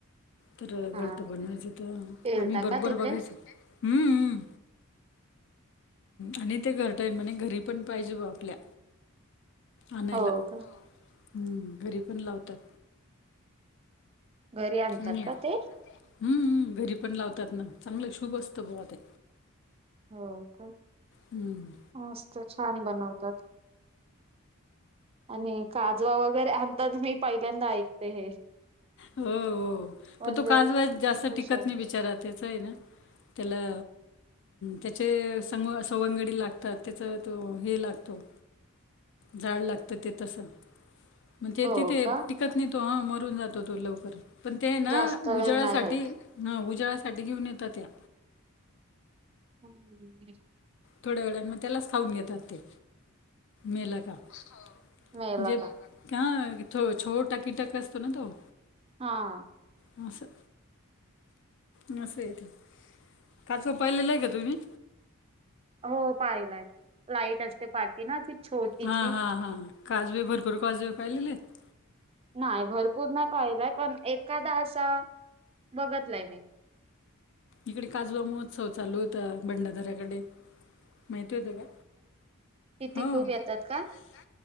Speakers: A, on the left (about 55°); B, on the right (about 25°).
A: तर घरट
B: हा
A: बनवायच तर
B: खेळता
A: आम्ही बरोबर
B: का तिथे
A: बघायचो. हम्मम् आणि ते घरट येन म्हणे घरी पण पाहिजे बुवा आपल्या. आणायला.
B: हो का
A: हो. घरी पण लावतात.
B: घरी आणतात
A: चांगलं
B: का ते?
A: हम्म. घरी पण लावतात ना चांगलं शुभ असतं बुवा ते.
B: हो का?
A: हम्म.
B: मस्त, छान बनवतात. आणि काजवा वगैरे आणतात मी पहिल्यांदा ऐकते हे.
A: हो हो.
B: म्हणजे
A: पण तो काजवा जास्त
B: हुशार
A: टिकत नाही बिचारा त्याच हे ना त्याला त्याचे संग सवंगडी लागतात त्याच तो हे लागतो झाड लागत ते तस म्हणजे
B: हो
A: तिथे
B: का
A: टी शकत नाही तो ह मरून जातो तो लवकर, पण ते ना
B: जास्त वेळ
A: उजाळासाठी
B: नाही राहीत
A: हा उजाळ्यासाठी घेऊन येतात त्या
B: <unintelligible>
A: थोड्या वेळांने मग त्यालाच खाऊन घेतात ते. मेला का? हो.
B: मेला
A: म्हणजे
B: का
A: का छोटा कीटक असतो ना तो.
B: हा.
A: म असं. नसं येत. काजवा पाहिलेलं आहे का तुम्ही?
B: हो पाहिलाय. लाईट असते पाटी ना अशी छोटीशी.
A: हां हां हां ह. काजवे भरपूर काजवे पाहिलेले आहेत.
B: नाही, भरपूर नाय पाहिलंय पण एखादा असा बघतलाय मी.
A: इकडे काजवा महोत्सव चालू होता भंडाधऱ्याकडे. माहित होत का?
B: किती
A: हो.
B: खूप
A: येतात
B: का?
A: ना?